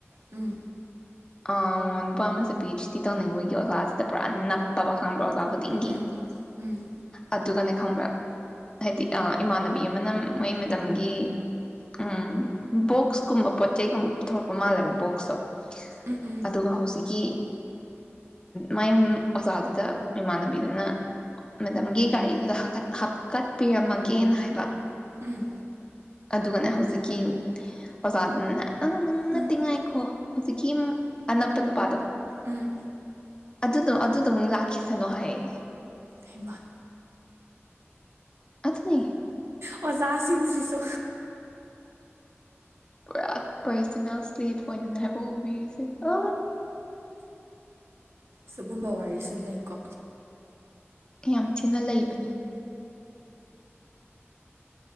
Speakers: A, on the right; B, on the left.
A: ꯎꯝ
B: ꯑ ꯅꯨꯄꯥ ꯑꯃꯁꯦ ꯄꯤ ꯑꯩꯆ ꯗꯤ ꯇꯧꯅꯤꯡꯕꯒꯤ ꯑꯣꯖꯥꯁꯤꯗ ꯄꯨꯔꯥ ꯅꯞꯄꯕ ꯈꯪꯕ꯭ꯔꯥ ꯑꯣꯖꯥ ꯈꯨꯗꯤꯡꯒꯤ
A: ꯎꯝ ꯎꯝ
B: ꯑꯗꯨꯒꯅꯦ ꯈꯪꯕ꯭ꯔꯥ ꯍꯥꯏꯗꯤ ꯏꯃꯥꯟꯅꯕꯤ ꯑꯃꯅ ꯃꯣꯏ ꯃꯇꯝꯒꯤ ꯎꯝ ꯕꯣꯛꯁꯀꯨꯝꯕ ꯄꯣꯠꯆ ꯆꯩꯒꯨꯝꯕ ꯄꯨꯊꯣꯔꯛꯄ ꯃꯥꯜꯂꯦꯕ ꯕꯣꯛꯁꯇꯣ
A: ꯎꯝ
B: ꯑꯗꯨꯒ ꯍꯧꯖꯤꯛꯀꯤ ꯃꯥꯏ ꯑꯣꯖꯥꯗꯨꯗ ꯏꯃꯥꯟꯅꯕꯤꯗꯨꯅ ꯃꯦꯗꯝꯒꯤ ꯒꯥꯔꯤꯗꯨꯗ ꯍꯥꯞꯀꯠꯄꯤꯔꯝꯃꯒꯦꯅ ꯍꯥꯏꯕ
A: ꯎꯝ
B: ꯑꯗꯨꯒꯅꯦ ꯍꯧꯖꯤꯛꯀꯤ ꯑꯣꯖꯥꯗꯨꯅꯅꯦ ꯑꯡ
A: ꯎꯝ
B: ꯅꯠꯇꯦ ꯉꯥꯏꯈꯣ ꯍꯧꯖꯤꯛꯀꯤ ꯑꯅꯞꯄ ꯅꯨꯄꯥꯗꯣ
A: ꯎꯝ
B: ꯑꯗꯨꯗꯣ ꯑꯗꯨꯗꯣ ꯃꯨꯛ ꯂꯥꯛꯈꯤꯁꯅꯨ ꯍꯥꯏꯌꯦꯌꯦ
A: ꯍꯩꯃꯥ
B: ꯑꯗꯨꯅꯦ
A: ꯑꯣꯖꯥꯁꯤꯡꯁꯤꯁꯨ
B: ꯄꯨꯔꯥ ꯄꯔꯁꯅꯦꯜ ꯁ꯭ꯂꯤꯞ ꯑꯣꯏꯅꯅꯦ ꯍꯥꯏꯕ ꯎꯕꯤꯔꯤꯁꯦ ꯑ
A: ꯁꯤꯒꯨꯝꯕ ꯋꯥꯔꯤꯁꯨ ꯂꯩꯀꯣ
B: ꯌꯥꯝ ꯊꯤꯅ ꯂꯩꯕꯅꯤ